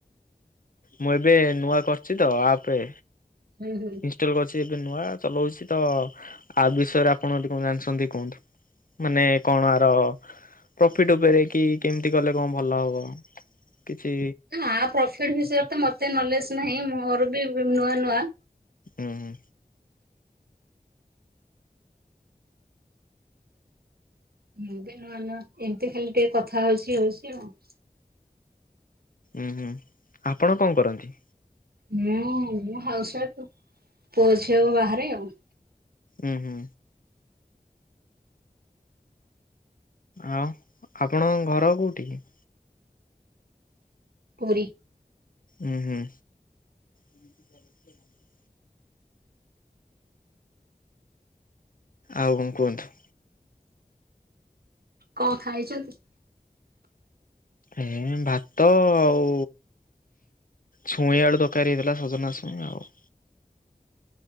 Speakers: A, on the left (about 60°); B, on the right (about 80°).
A: ମୁଁ ଏବେ ନୂଆ କରିଚି ତ ଆପେ
B: ହୁଁ ହୁଁ।
A: ଇନଷ୍ଟଲ କରିଛି ଏବେ ନୂଆ ଚଲଉଛି ତ ଆପ୍ ବିଷୟରେ ଆପଣ ଯଦି କଣ ଜାଣିଛନ୍ତି କୁହନ୍ତୁ? ମାନେ କଣ ଆର ପ୍ରଫିଟ ଉପରେ କି କେମିତି କଲେ କଣ ଭଲ ହବ। କିଛି
B: ନା ଆ ପ୍ରଫିଟ୍ ବିଷୟରେ ତ ମତେ ନଲେଜ ନାହିଁ ମୋର ବି ନୂଆ ନୂଆ।
A: ଉଁ ହୁଁ।
B: ମୁଁ ବି ନୂଆ ନୂଆ ଏମିତି ଖାଲି ଟିକେ କଥା ହଉଚି ହଉଚି ଆଉ।
A: ଉଁ ହୁଁ ଆପଣ କଣ କରନ୍ତି?
B: ମୁଁ ମୁଁ ହାଉସ ୱାଇଫ ପୁଅ ଝିଅ ବାହାରେ ଆଉ।
A: ଉଁ ହୁଁ। ଆଉ ଆପଣଙ୍କ ଘର କୋଉଠି କି?
B: ପୁରୀ।
A: ଉଁ ହୁଁ। <unintelligible> ଆଉ କଣ କୁହନ୍ତୁ?
B: କଣ ଖାଇଚନ୍ତି?
A: ଏଁ ଭାତ ଆଉ ଛୁଇଁ ଆଳୁ ତରକାରୀ ହେଇଥିଲା ସଜନା ଛୁଇଁ ଆଉ।